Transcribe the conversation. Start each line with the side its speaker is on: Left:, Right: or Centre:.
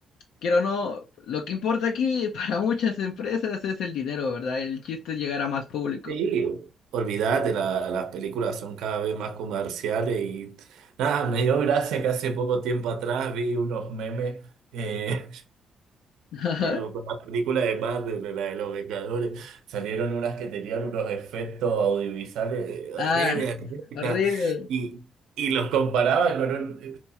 Left: Quiero o no, lo que importa aquí <laughs> para muchas empresas es el dinero, ¿verdad? El chiste es llegar a más público.
Right: Sí, olvídate, la- las películas son cada vez más comerciales y nada, me dio gracia que hace poco tiempo atrás vi unos memes. eh,
Left: <laughs> Ajá.
Right: Eh, con La película de Marvel, la de los Vengadores, salieron unas que tenían unos efectos audiovisuales eh,
Left: Ah,
Right: re berreta,
Left: horrible.
Right: y, y los comparaban con un,